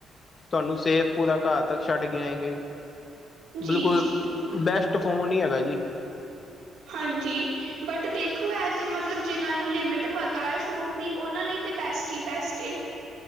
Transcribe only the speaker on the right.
ਜੀ
ਜੀ
ਹਾਂਜੀ। ਬਟ ਦੇਖੋ ਐ ਤੇ ਮਤਲਬ ਜਿਨਾਂ ਨੂੰ ਲਿਮਿਟ ਪਤਾ ਐ ਫੋਨ ਦੀ ਔਨਾਂ ਲਈ ਤੇ ਬੈਸਟ ਈ ਬੈਸਟ ਏ। <unintelligible>